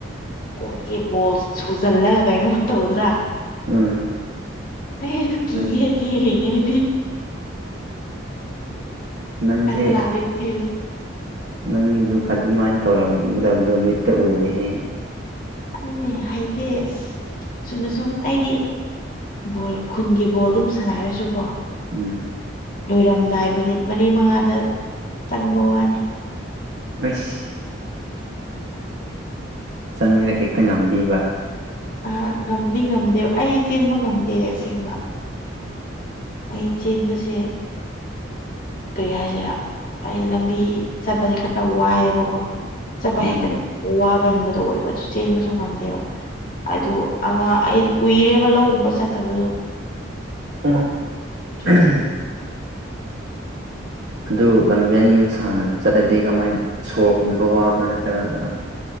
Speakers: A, on the left (about 45°); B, on the right (about 60°).
A: ꯀꯣꯛꯇꯒꯤ ꯕꯣꯜꯁ ꯁꯨꯖꯜꯂꯒ ꯀꯩꯅꯣꯝ ꯇꯧꯗ꯭ꯔꯥ
B: ꯎꯝ
A: ꯑꯩ ꯑꯗꯨ ꯀꯤꯌꯦ
B: ꯅꯪ
A: ꯆꯦꯜꯂꯤꯅꯦ ꯑꯩꯗꯤ
B: ꯅꯪꯁꯦ
A: ꯏꯅꯥꯛꯇ ꯂꯥꯛꯑꯗꯤ ꯆꯦꯜꯂꯦ
B: ꯅꯪꯗꯨ ꯑꯗꯨꯃꯥꯏꯅ ꯇꯧꯔꯝꯗꯕꯗꯣ ꯃꯤꯠꯇ ꯎꯔꯦꯍꯦ
A: ꯑꯗꯨꯅꯦ ꯍꯩꯇꯦ ꯑꯁ ꯁꯨꯝꯅ ꯁꯨꯝ ꯑꯩꯗꯤ ꯕꯣꯜ ꯈꯨꯟꯒꯤ ꯕꯣꯜ ꯑꯗꯨꯝ ꯁꯥꯟꯅꯔꯁꯨ ꯀꯣ
B: ꯎꯝ
A: ꯂꯣꯏꯔꯝꯗꯥꯏ ꯃꯤꯅꯤꯠ ꯃꯔꯤ ꯃꯉꯥꯗ ꯆꯪꯕ ꯋꯥꯅꯤ
B: ꯑꯁ ꯆꯪꯉꯒ ꯍꯦꯛꯇ ꯉꯝꯗꯦꯕ
A: ꯑꯥ ꯉꯝꯗꯤ ꯉꯝꯗꯦ ꯑꯩ ꯆꯦꯟꯕ ꯉꯝꯗꯦ ꯑꯁꯦꯡꯕ ꯑꯩ ꯆꯦꯟꯕꯁꯦ ꯀꯔꯤ ꯍꯥꯏꯁꯤꯔꯥ ꯑꯩ ꯂꯝꯕꯤ ꯆꯠꯄꯁꯦ ꯈꯔ ꯋꯥꯏꯑꯦꯕꯀꯣ ꯆꯠꯄ
B: ꯎꯝ
A: ꯍꯦꯛꯇ ꯋꯥꯒꯟꯕꯗꯣ ꯑꯣꯏꯕ ꯆꯦꯟꯕꯁꯨ ꯉꯝꯗꯦꯕ ꯑꯗꯨ ꯑꯉꯥꯡ ꯑꯩꯗꯤ ꯀꯨꯏꯔꯦꯕ ꯂꯧ ꯎꯕ ꯆꯠꯇꯕꯗꯣ
B: ꯑꯣ
A: ꯑꯗꯨꯒꯤ
B: ꯎꯝ ꯑꯗꯨ ꯂꯝꯕꯦꯟ ꯁꯥꯡꯅ ꯆꯠꯂꯗꯤ ꯀꯃꯥꯏꯅ ꯁꯣꯔ ꯍꯣꯟꯕ ꯋꯥꯕ ꯅꯠꯇ꯭ꯔꯒ